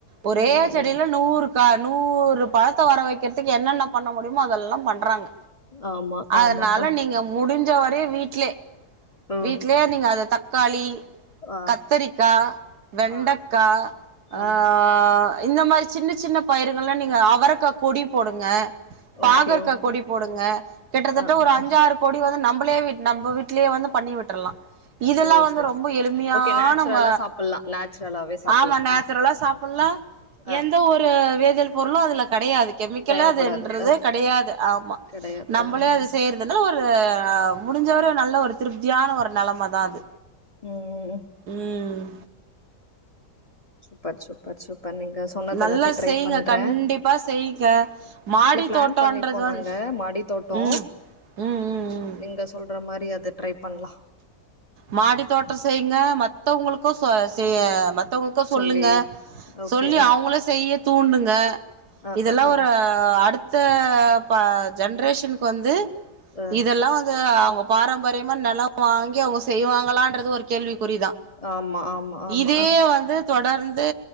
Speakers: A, on the right; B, on the left.
A: ஒரே
B: ம் ம்
A: செடில
B: ம்
A: நூறு க நூறு பழத்த வர வெக்கிறதுக்கு என்னென்ன பண்ண முடியுமோ அதெல்லா பண்றாங்க
B: ஆமா
A: அதனால
B: ஆமா அ
A: நீங்க முடிஞ்ச வரையு வீட்லே
B: ஓ
A: வீட்லயே நீங்க அத தக்காளி
B: ஆ
A: கத்திரிக்கா வெண்டக்கா
B: ஆ
A: அ
B: ஆ
A: ஆ இந்த மாரி சின்ன சின்ன பயிர்கள்ல்லா நீங்க அவரக்கா கொடி போடுங்க பாகற்கா
B: ஓகே ஓகே
A: கொடி போடுங்க கிட்டத்தட்ட
B: ஆ
A: ஒரு
B: ஆ
A: அஞ்சாறு
B: ஆ
A: கொடி வந்து நம்மளே வ நம்ம வீட்லயே வந்து பண்ணி விட்டுரலா இதெல்லா
B: ஓ
A: வந்து
B: சரி
A: ரொம்ப
B: சரி
A: எளிமையான
B: ஓகே நேச்சுரலா
A: ம
B: சாப்பிடலாம் நேச்சுரலாவே சாப்பிடலாம்
A: ஆமா நேச்சுரலா
B: ஆ
A: சாப்பில்லா
B: ஆ
A: எந்த ஒரு வேதியல் பொருளு அதுல கெடயாது கெமிக்கலாதுன்றதே
B: தேவைப்படாது அ
A: கெடையாது ஆமா
B: கிடையாது
A: நம்மளே
B: ஆ ஆ
A: அது
B: ஆ
A: செய்றது தென்ன ஒரு முடிஞ்சவர நல்லா ஒரு திருப்தியான ஒரு நெலமைதா அது
B: ம்
A: ம் ம்
B: சூப்பர் சூப்பர் சூ இப்ப நீங்க சொன்னது
A: நல்லா
B: எல்லாத்தையு ட்ரை
A: செய்ங்க
B: பண்ற
A: கண்டிப்பா செய்ங்க மாடி
B: இல்ல ப்ளான்
A: தோட்டோன்றது
B: பண்ணிருக்கோ
A: வந்
B: நாங்க மாடி தோட்டோ
A: ம் ம் ம் ம்
B: நீங்க சொல்ற மாரி அது ட்ரை பண்லா
A: மாடி தோட்டோ செய்ங்க மத்தவங்களுக்கு சொ செய மத்தவங் க்க சொல்லுங்க
B: சொல்லி ஓகே
A: சொல்லி
B: அ
A: அவுங்ள செய்ய தூண்டுங்க
B: ஆ
A: இதெல்லா
B: ஆ
A: ஒரு அடுத்த ப ஜென்ரேஷன்க்கு வந்து
B: ஆ
A: இதெல்லா வந்து அவுங்க பாரம்பரியமா நிலம் வாங்கி அவுங்க செய்வாங்களன்றது ஒரு கேள்விக்குறிதா
B: ஆமா ஆமா ஆமா
A: இதே வந்து தொடர்ந்து